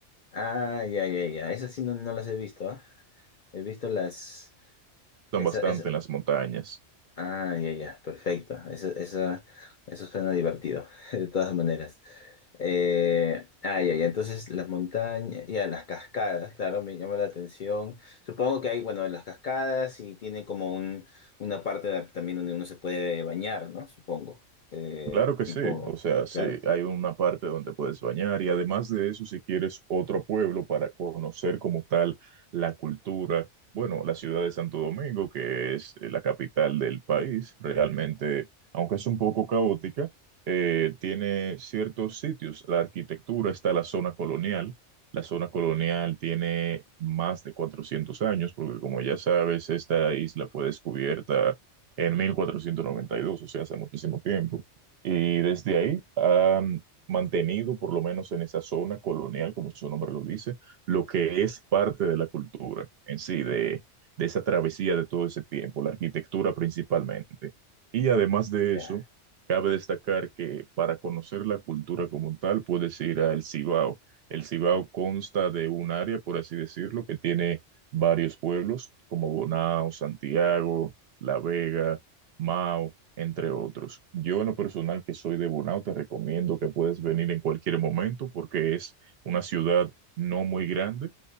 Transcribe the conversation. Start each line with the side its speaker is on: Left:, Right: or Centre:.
Left: Ah, ya, ya, ya. Esas sí no, no las he visto, ¿ah? He visto las...
Right: Son
Left: Esa,
Right: bastante
Left: esa...
Right: en las montañas.
Left: Ah, ya, ya. Perfecto. Esa, esa, eso suena divertido, <laughs> de todas maneras. Eh, ah, ya, ya. Entonces, las montañas, ya, las cascadas, claro, me llama la atención. Supongo que hay, bueno, las cascadas y tiene como un, una parte de- también donde uno se puede bañar, ¿no? Supongo. Eh,
Right: Claro que
Left: tipo,
Right: sí, o sea, sí,
Left: claro.
Right: hay una parte donde puedes bañar y además de eso, si quieres otro pueblo para conocer como tal la cultura, bueno, la ciudad de Santo Domingo, que es eh, la capital del país, realmente, aunque es un poco caótica, eh, tiene ciertos sitios. La arquitectura está la zona colonial, la zona colonial tiene más de 400 años, porque como ya sabes, esta isla fue descubierta en 1492, o sea, hace muchísimo tiempo. Y desde ahí han mantenido, por lo menos en esa zona colonial, como su nombre lo dice, lo que es parte de la cultura en sí, de, de esa travesía de todo ese tiempo, la arquitectura principalmente. Y además de
Left: ya.
Right: eso, cabe destacar que para conocer la cultura como tal, puedes ir al Cibao. El Cibao consta de un área, por así decirlo, que tiene varios pueblos como Bonao, Santiago, La Vega, Mao entre otros. Yo en lo personal que soy de Bonao, te recomiendo que puedes venir en cualquier momento porque es una ciudad no muy grande,